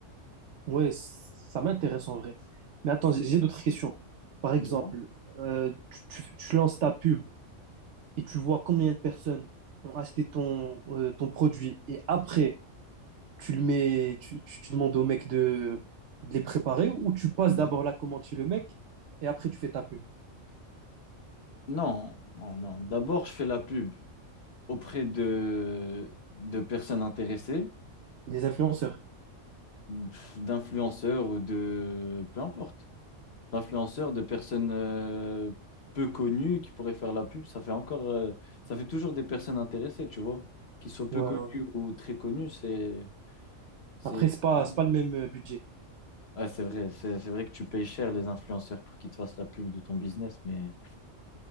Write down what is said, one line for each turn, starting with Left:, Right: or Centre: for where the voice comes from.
Right: Ouais, ça m'intéresse en vrai. Mais attends, j'ai j'ai d'autres questions. Par exemple,
Left: Dis-moi.
Right: euh, tu, tu- tu lances ta pub et tu vois combien de personnes ont acheté ton, euh, ton produit et après, tu le mets, tu, tu- tu demandes au mec de, de les préparer ou tu passes
Left: Mhm.
Right: d'abord la commande chez le mec et après tu fais ta pub.
Left: Non, non, non. D'abord, je fais la pub auprès de, de personnes intéressées,
Right: Des influenceurs.
Left: pff, d'influenceurs ou de... Peu importe. D'influenceurs, de personnes euh, peu connues qui pourraient faire la pub. Ça fait encore... euh, ça fait toujours des personnes intéressées, tu vois. Qu'ils soient peu
Right: Ouais,
Left: connues
Right: ouais.
Left: ou très connues, c'est... C'est
Right: Après, c'est
Left: c'est
Right: pas,
Left: vrai,
Right: c'est pas le même euh, budget.
Left: Ouais, c'est vrai c'est- c'est vrai que tu payes cher les influenceurs pour qu'ils te fassent la pub de ton business, mais,